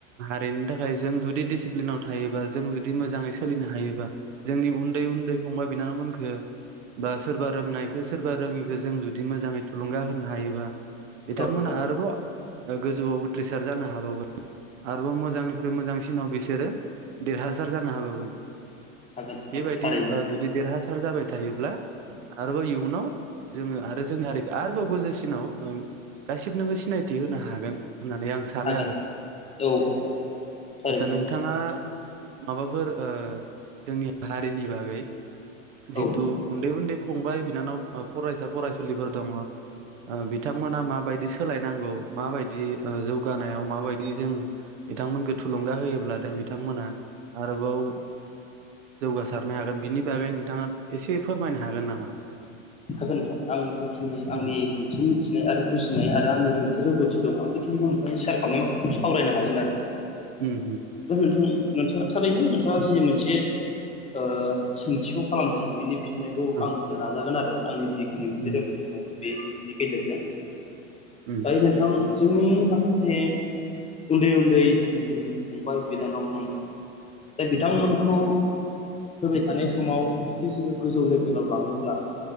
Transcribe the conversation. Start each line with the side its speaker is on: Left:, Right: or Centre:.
Right: ओरैनो थाखाय जों जुदि डिसिप्लिनाव थायोबा जों जुदि मोजाङै सोलिनो हायोबा जोंनि उन्दै उन्दै फंबाय बिनानावमोनखो बा सोरबा रोंनायखौ सोरबा रोङिखौ जों जुदि मोजाङै थुलुंगा होनो हायोबा बिथांमोनहा
Left: हागोन
Right: आरोबाव गोजौआव उथ्रिसार जानो हाबावगोन आरोबाव मोजांनिख्रुइ मोजांसिनाव बिसोरो देरहासार जानो हाबावगोन।
Left: हागोन हागोन
Right: बेबायदि
Left: थारैनो
Right: जुदि देरहासा थायोब्ला आरोबाव इयुनाव जोङो आरो जोंनि हारिखौ आरोबाव गोजौसिनाव गासिबनोबो सिनायथि होनो हागोन। होननानै आं सानो
Left: हागोन
Right: आरो
Left: हागोन औ औ थारैनो
Right: आचसा नोंथाङा माबाफोर जोंनि हारिनि बागै जितु
Left: औ
Right: उन्दै उन्दै फंबाय बिनानाव फरायसा फरायसुलिफोर दङ बिथांमोना माबायदि सोलायनांगौ माबायदि जौगानायाव माबायदि जों बिथांमोनखौ थुलुंगा होयोब्ला नाथाय बिथांमोना आरोबाव जौगासारनो हागोन बिनि बागै नोंथाङा एसे फोरमायनो हागोन नामा?
Left: हागोन नोंथां आं जिखिनि आंनि
Right: उम
Left: मोनसे मिथिनाय आरो बुजिनाय आरो आंनि रोंथि रोंगौथि दं आं बेखिनिखौ नोंथांनि सेयार खालामनाय माखासेखौ सावरायनो हागोन आरो
Right: उम उम
Left: दा नोंथां नोंथाङा थारैनो नोंथाङा जि मोनसे ओ सोंथिखौ खालामदों बिनि फिननायखौ
Right: ओं
Left: आं होनो नाजागोन आरो आंनि जि खिनि मोनसे
Right: उम
Left: रोंगौथि दङ बेनि गेजेरजों
Right: उम
Left: दायो नोंथां जोंनि माखासे उन्दै उन्दै जिथुुनखि जोंनि फंबाय बिनानावमोन बे बिथांमोनखौ फैबाय थानाय समाव जुदि जोङो गोजौ लेभेलाव लांनोब्ला